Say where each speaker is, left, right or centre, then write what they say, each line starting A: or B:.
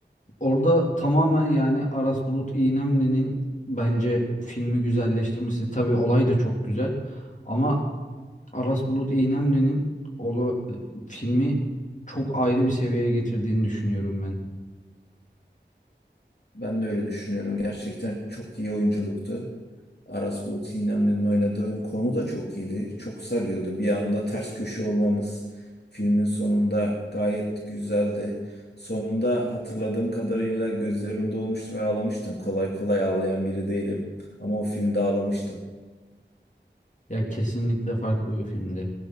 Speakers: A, on the left (about 40°); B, on the left (about 60°).
A: Orada tamamen yani Aras Bulut İynemli'nin bence filmi güzelleştirmesi. Tabii olay da çok güzel. Ama Aras Bulut İynemli'nin ola, filmi çok ayrı bir seviyeye getirdiğini düşünüyorum ben.
B: Ben de öyle düşünüyorum. Gerçekten çok iyi oyunculuktu. Aras Bulut İynemli'nin oynadığı konu da çok iyiydi. Çok sarıyordu. Bir anda ters köşe olmamız filmin sonunda gayet güzeldi. Sonunda hatırladığım kadarıyla gözlerim dolmuştu ve ağlamıştım. Kolay kolay ağlayan biri değilim. Ama o filmde ağlamıştım.
A: Ya kesinlikle farklı bir filmdi.